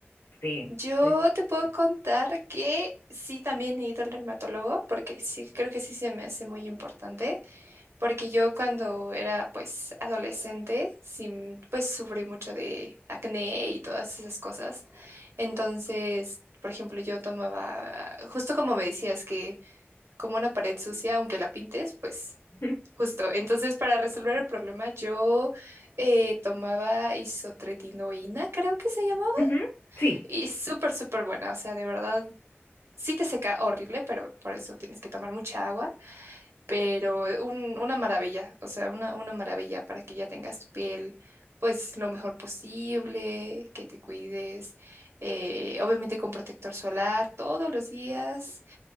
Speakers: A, on the left (about 80°); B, on the right (about 80°).
A: Sí.
B: Yo
A: Sí.
B: te puedo contar que sí, también he ido al dermatólogo porque sí, creo que sí se me hace muy importante. Porque yo cuando era pues adolescente, sí, pues sufrí mucho de acné y todas esas cosas. Entonces, por ejemplo, yo tomaba, justo como me decías, que como una pared sucia, aunque la pintes, pues
A: Ujú,
B: justo. Entonces, para resolver el problema, yo eh, tomaba isotretinoína, creo que se llamaba,
A: ujú. Sí,
B: y súper, súper buena. O sea, de verdad, sí te seca horrible, pero por eso tienes que tomar mucha agua pero eh, un- una maravilla, o sea, una, una maravilla para que ya tengas tu piel pues lo mejor posible, que te cuides, eh, obviamente con protector solar todos los días